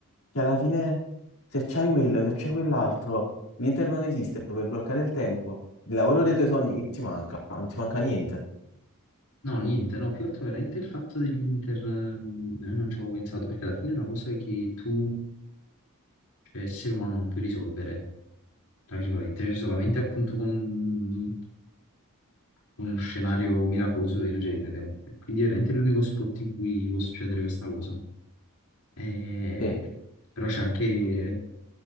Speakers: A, on the left (about 70°); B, on the left (about 85°).
A: che alla fine se c'hai quello, se c'hai quell'altro, l'Inter non esiste, puoi bloccare il tempo. Il lavoro dei tuoi sogni, che ti manca? Non ti manca niente.
B: No, niente, no, più altro veramente il fatto dell'Inter, eh, non ci avevo pensato, perché alla fine è una cosa che tu, cioè essere umano, non puoi risolvere, tra virgolette, cioè solamente appunto con con uno scenario miracoloso del genere. Quindi è veramente è l'unico spot in cui può succedere questa cosa. Eh,
A: Sì,
B: Però c'è anche...